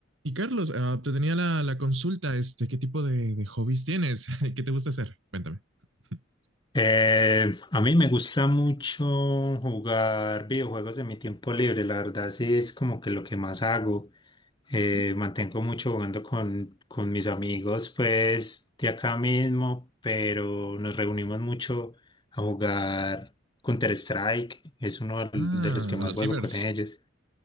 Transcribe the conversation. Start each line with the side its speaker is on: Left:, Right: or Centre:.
Right: Y Carlos, ah, te tenía la, la consulta, este, ¿qué tipo de, de hobbies tienes? <laughs> ¿Qué te gusta hacer? Cuéntame. <laughs>
Left: Eh, a mí me gusta mucho jugar videojuegos en mi tiempo libre, la verdad sí es como que lo que más hago. Eh,
Right: Uh.
Left: mantengo mucho jugando con, con mis amigos, pues de acá mismo, pero nos reunimos mucho a jugar Counter-Strike, es uno del-
Right: Ah,
Left: de los que más
Right: a los
Left: juego
Right: cibers
Left: con ellos.